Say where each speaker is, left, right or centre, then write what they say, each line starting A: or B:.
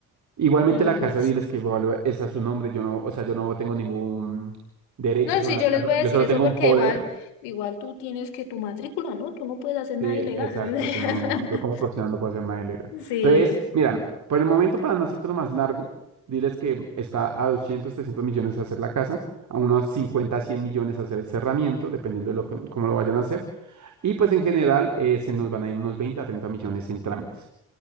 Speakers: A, on the right; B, on the left.
A: Igualmente
B: Listo.
A: la casa, diles que igual es a su nombre, yo no, o sea, yo no tengo ningún derecho
B: No,
A: sobre
B: sí,
A: la
B: yo
A: casa,
B: les voy a
A: yo
B: decir
A: solo
B: eso
A: tengo
B: porque
A: un poder.
B: igual, igual tú tienes que tu matrícula, ¿no? Tú no puedes hacer nada
A: Sí,
B: ilegal.
A: exacto,
B: <laughs>
A: yo no, yo como profesional no puedo hacer nada ilegal.
B: Sí,
A: Entonces, mira, por el momento para no hacértelo más largo, diles que está a 200 300 millones hacer la casa, a unos 50, 100 millones hacer el cerramiento, dependiendo de lo que, cómo lo vayan a hacer Y pues en general eh, se nos van a ir unos 20 a 30 millones en trámites.